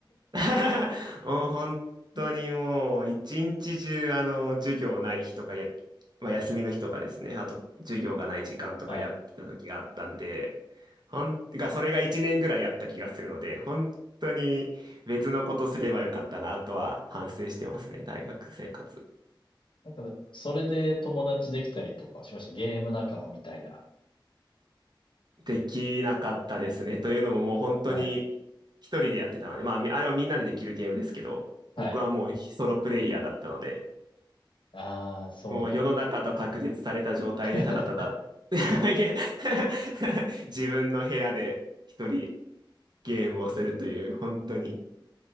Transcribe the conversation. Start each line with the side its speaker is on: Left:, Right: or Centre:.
Right: <laughs> もう本当にもう一日中あの授業ない日とかや、
Left: <laughs>
Right: まあ、休みの日とかですねあと授業がない時間とかやってた時があったんで
Left: はい。
Right: ほんがそれが1年ぐらいあった気がするので本当に別のことすればよかったなとは反省してますね大学生活
Left: なんかねそれで友達できたりとかしました。ゲーム仲間みたいな。
Right: できなかったですねというのももう本当に
Left: はい。
Right: 一人でやってたのでまあみあれはみんなでできるゲームですけど僕はもうソロプレイヤーだったので
Left: はい。ああ、そうなん
Right: もう世の中と隔絶された状態でただただ
Left: <laughs>
Right: <laughs> いえ <laughs> 自分の部屋で一人ゲームをするという本当に、